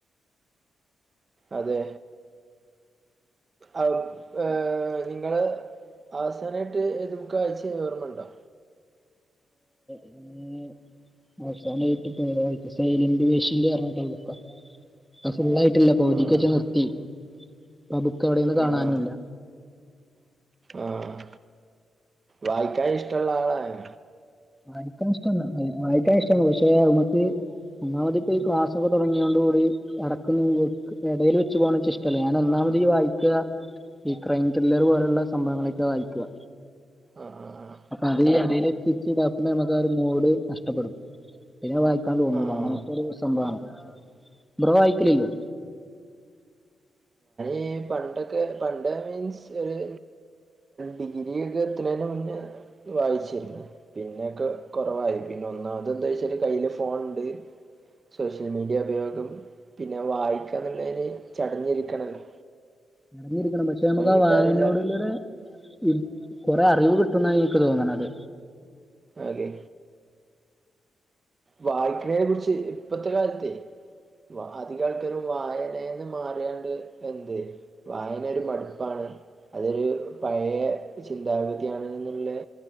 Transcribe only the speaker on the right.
അതെ <inaudible> ഏ നിങ്ങൾ അവസാനായിട്ട് ഏത് ബുക്ക വായ്ച്ചെ ഓർമ്മണ്ടോ
ആഹ്
ആഹ്
ആഹ് ആഹ് വായിക്കാൻ ഇഷ്ടള്ള ആളായി
ആഹ് ആഹ്
ആഹ്
ആഹ്
ഏഹ് പണ്ടൊക്കെ പണ്ട് മീൻസ് ഒര് ഡിഗ്രി ഒക്കെ എത്ത്ണെയ്ന്റെ മുന്നെ വായിച്ചിര്ന്ന് പിന്നെ ഒക്കെ കൊറവായി പിന്നെ ഒന്നാമെത് എന്താ ചോയിച്ചാൽ കയ്യില് ഫോണ് ഇണ്ട് സോഷ്യൽ മീഡിയ ഉപയോഗം പിന്നെ വായിക്കാന്ന് ഇള്ളെയിന് ചടഞ്ഞ് ഇരിക്കണല്ലോ
കിട്ടാറില്ല
അതെ വായിക്ക്ണെയിനെ കുറിച്ച് ഇപ്പത്തെ കാൽത്തെ വാ അദികായിട്ട് ല്ലാരും വായനെന്ന് മാറിയാണ്ട് എന്ത് വായന ഒര് മട്പ്പാണ് അത് ഒര് പഴെ ചിന്താഗതിയാണ്ന്ന് ഇള്ളെ